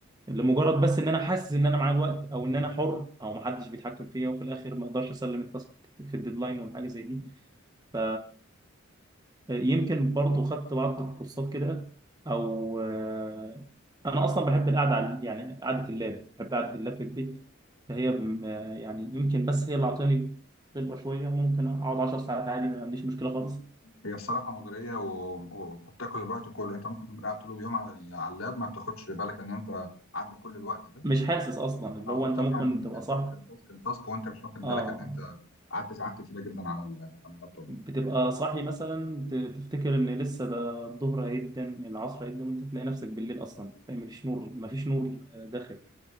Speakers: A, on the right; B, on the left.
A: لمجرد بس ان انا حاسس ان انا معايا الوقت او ان انا حر او ما حدش بيتحكم فيا وفي الاخر ما اقدرش اسلم التاسك في الديدلاين ولا حاجه زي دي ف يمكن برضو خدت بعض الكورسات كده او آه، انا اصلا بحب القعده على يعني قعده اللاب بحب قعده اللاب في البيت فهي بم- آه، يعني يمكن بس هي اللي اعطاني خبره شويه ممكن اقعد 10 ساعات عادي ما عنديش مشكله خالص
B: هي الصراحة مغرية و- و- وبتاكل الوقت كله انت ممكن تبقى قاعد طول اليوم على ال- على اللاب ما بتاخدش بالك ان انت عدى كل الوقت ده
A: مش حاسس اصلا اللي
B: او
A: هو
B: بتطلع
A: انت ممكن
B: من
A: تبقى صاحي
B: تاسك لتاسك لتاسك وانت مش واخد
A: اه
B: بالك ان انت قعدت ساعات كتيرة جدا على ال- على اللابتوب
A: بتبقى
B: يعني
A: صاحي مثلا ت- تفتكر ان لسه ده الظهر هيدن العصر هيدن وانت تلاقي نفسك بالليل اصلا مفيش نور مفيش نور آه، داخل